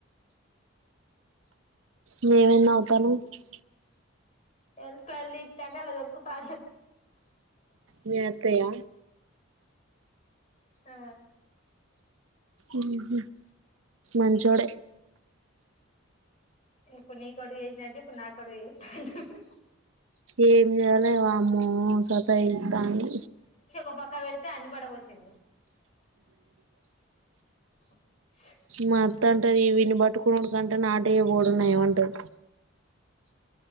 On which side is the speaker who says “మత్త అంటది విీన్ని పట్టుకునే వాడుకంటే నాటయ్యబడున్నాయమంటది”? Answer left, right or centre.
Right